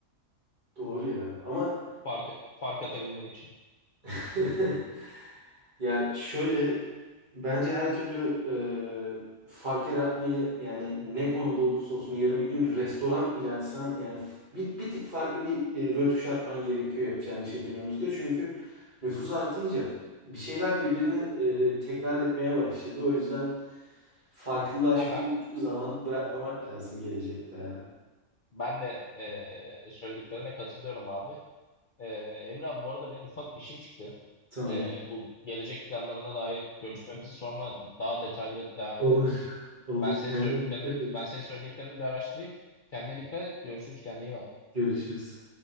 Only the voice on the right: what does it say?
Doğru ya ama
<laughs> Ya şöyle bence her türlü e, fark yaratmayı yani ne konuda olursa olsun yarın bir gün restoran bile açsan yani f- bir, bir tık farklı bir e, rötuş atman gerekiyor yapacağın işe günümüzde. Çünkü nüfus artınca bir şeyler birbirini e, tekrar etmeye başladı. O yüzden farklılaşmayı
hiçbir zaman bırakmamak lazım gelecekte ya.
Tamam.
Olur. <laughs> Olur.
Kendine
dikkat et.
Görüşürüz.